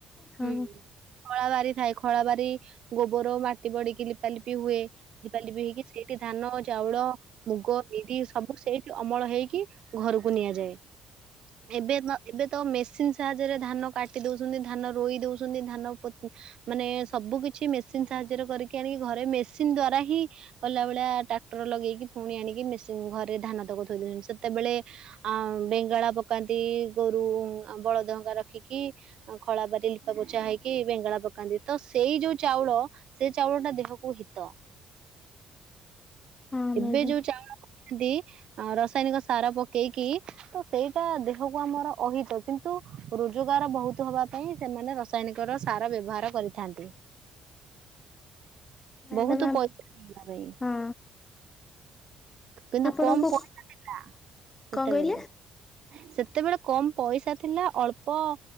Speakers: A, on the left (about 15°); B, on the right (about 45°).
A: ହଁ
B: ହୁଁ ଖଳା ବାରି ଥାଏ ଖଳା ବାରି ଗୋବର ମାଟି ବଡିକି ଲିପାଲିପି ହୁଏ। ଲିପା ଲିପି ହେଇକି ସେଇଠି ଧାନ, ଚାଉଳ, ମୁଗ, ବିରି ସବୁ ସେଇଠି ଅମଳ ହେଇକି ଘରକୁ ନିଆଯାଏ ଏବେ ତ ଏବେ ତ ମେସିନ ସାହାଯ୍ୟରେ ଧାନ କାଟି ଦଉଛନ୍ତି ଧାନ ରୋଇ ଦଉଛନ୍ତି ଧାନ ମାନେ ସବୁ କିଛି ମେସିନ ସାହାଯ୍ୟରେ କରିକି ଆଣିକି ଘରେ ମେସିନ ଦ୍ଵାରା ହିଁ ଗଲା ଭଳିଆ ଟ୍ରାକ୍ଟର ଲଗେଇକି ପୁଣି ଆଣିକି ମେସିନ ଘରେ ଧାନ ତକ ଥୋଇଦେଉଛନ୍ତି ସେତେବେଳେ ଆ ବେଙ୍ଗଳା ପକାନ୍ତି ଗୋରୁ ବଳଦଙ୍କା ରଖିକି ଖଳା ବାରି ବା ପୋଛା ହେଇକି ବେଙ୍ଗଳା ପକାନ୍ତି ତ ସେଇ ଯୋଉ ଚାଉଳ ସେଇ ଚାଉଳ ଟା ଦେହକୁ ହିତ।
A: ହଁ
B: ଏବେ
A: ମ୍ୟାଡ଼ାମ
B: ଯୋଉ ଚାଉଳ ଦି ରସାୟନିକ ସାର ପକେଇକି ତ ସେଇଟା ଦେହକୁ ଆମର ଅହିତ କିନ୍ତୁ ରୋଜଗାର ବହୁତ ହବା ପାଇଁ ସେମାନେ ରସାୟନିକ ର ସାର ବ୍ୟବହାର କରିଥାନ୍ତି।
A: ମ୍ୟାଡ଼ାମ
B: ବହୁତ ପଇସା ପାଇଁ
A: ହଁ
B: କିନ୍ତୁ
A: ଆପଣଙ୍କୁ
B: କମ ପଇସା ଥିଲା ସେତେବେଳେ
A: କଣ କହିଲେ
B: ସେତେବେଳେ କମ୍ ପଇସା ଥିଲା ଅଳ୍ପ